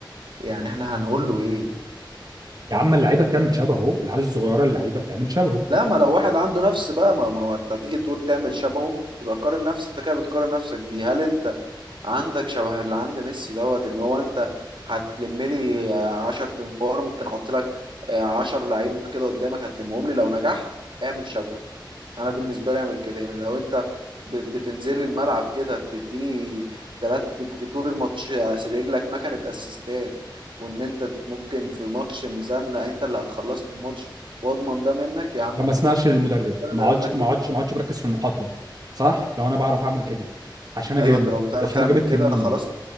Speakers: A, on the right; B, on the right.
A: يعني احنا هنقول له ايه
B: يا عم اللعيبه بتعمل شبهه العيال الصغيره اللعيبه بتعمل شبهه
A: لا ما لو واحد عنده نفس بقى ما ما هو انت تيجي تقول تعمل شبهه يبقى قارن نفسك انت كده بتقارن نفسك بيه هل انت عندك شبه اللي عند ميسي دوت ان هو انت هتلم لي 10 تنفار ممكن احط لك 10 لعيبه كده قدامك هتلمهم لي لو نجحت اعمل شبهه انا بالنسبه لي اعمل كده يعني لو انت بت- بتنزل لي الملعب كده تديني ثلاثة طول الماتش رجلك ما كانت اسيستات وان انت ممكن في ماتش مزنق انت اللي هتخلصني الماتش واضمن ده منك يا عم
B: فما
A: ماشي
B: اسمعش للمدرب
A: المدرب
B: ما
A: هيقول
B: اقعدش
A: لك
B: ما
A: ايه
B: اقعدش ما اقعدش مركز في المقاطره صح لو انا بعرف اعمل كده عشان انا
A: ايوه
B: جامد
A: انت لو بتعرف
B: عشان
A: تعمل
B: انا جامد
A: كده
B: تنين
A: انا خلاص